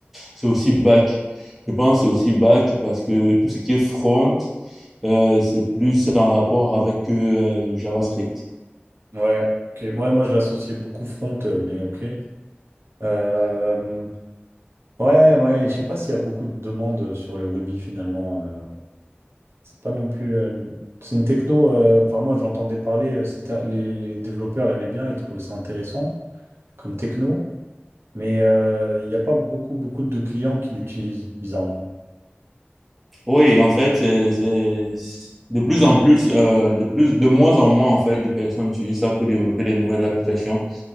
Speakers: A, in the centre; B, on the right.
A: c'est aussi back. Je pense que c'est aussi back parce que tout ce qui est front, euh, c'est plus en rapport avec euh, JavaScript.
B: Ouais. Ok. Ouais, moi, je l'associais beaucoup front, euh, mais ok. Euh, Ouais, ouais. Je sais pas s'il y a beaucoup de demandes sur le Ruby finalement. euh. C'est pas non plus. euh, c'est une techno, euh, vraiment, j'entendais parler, euh, c'était, les, les développeurs aimaient bien, ils trouvaient ça intéressant comme techno, mais euh, il n'y a pas beaucoup, beaucoup de clients qui l'utilisent, bizarrement.
A: Oui, en fait, c'est, c'est- c'est- de plus en plus, euh, de plus, de moins en moins, en fait, de personnes utilisent ça pour développer des nouvelles applications.